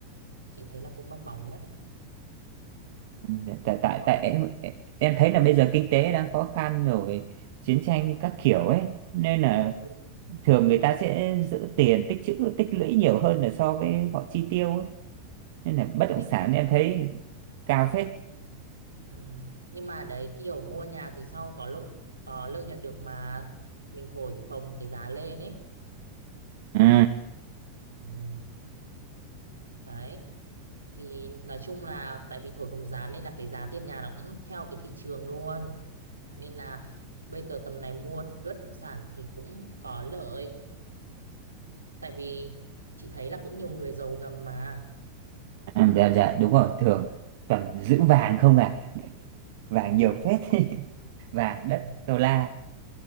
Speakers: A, on the right; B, on the right.
A: Chị thấy là cũng bong bóng đấy,
B: Ừ, Tại
A: bong
B: tại
A: bóng
B: tại
A: đấy.
B: em, em thấy là bây giờ kinh tế đang khó khăn rồi chiến tranh các kiểu ấy nên là
A: Ừ,
B: thường người ta sẽ giữ tiền tích trữ tích lũy nhiều hơn là so với họ chi tiêu ấy. Nên là bất
A: ừ
B: động
A: nhưng
B: sản
A: mà
B: em thấy cao phết.
A: ừ. nhưng mà đấy kiểu mua nhà thì sau có lợi có lợi nhuận được mà mình thổi phồng cái giá lên ấy.
B: Ừ,
A: Ừ. Đấy, thì nói chung là tại vì thổi phồng giá nên là cái giá tiền nhà nó cũng theo cái thị trường luôn. Nên là bây giờ tầm này mua bất động sản thì cũng có lợi. tại vì chị thấy là cũng nhiều người giàu ngầm mà
B: à, dạ dạ đúng rồi thường toàn giữ vàng không à vàng
A: ừ,
B: nhiều phết <laughs> vàng
A: ừ.
B: đất đô la